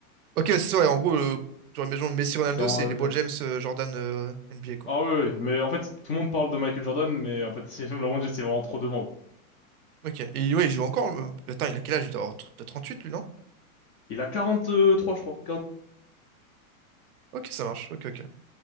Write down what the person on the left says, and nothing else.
C'est en-
euh,
Ah oui, oui, mais en fait, tout le monde parle de Michael Jordan, mais en fait, <laughs> c'est LeBron James, c'est vraiment trop devant. quoi.
Il a 43, je crois,